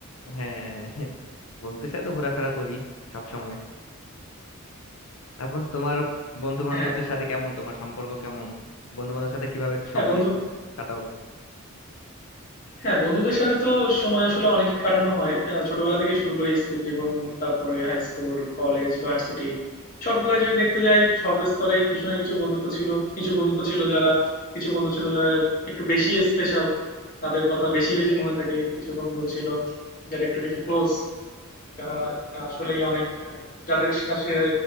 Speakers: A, on the left; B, on the left.
A: হ্যাঁ হ্যাঁ হ্যাঁ বন্ধুদের সাথে তো ঘোরাফেরা করি সব সময় তারপর তোমার বন্ধু বান্ধবদের
B: হ্যাঁ
A: সাথে কেমন তোমার সম্পর্ক কেমন বন্ধু বান্ধবের সাথে কিভাবে
B: হ্যাঁ
A: সময়
B: বন্ধু
A: কাটাও
B: হ্যাঁ বন্ধুদের সাথে তো সময় আসলে অনেক কাটানো হয় আহ, ছোটবেলা থেকে শুরু করে স্কুল জীবন তারপরে হাই স্কুল কলেজ ভার্সিটি সবগুলো যদি দেখতে যাই সব স্তরেই কিছু না কিছু বন্ধুত্ব ছিল কিছু বন্ধুত্ব ছিল যারা কিছু বন্ধু ছিল যারা একটু বেশি স্পেশাল তাদের কথা বেশি বেশি মনে থাকে কিছু বন্ধু ছিল যারা একটু বেশি ক্লোজ যারা আসলেই অনেক আহ, যাদের কাছে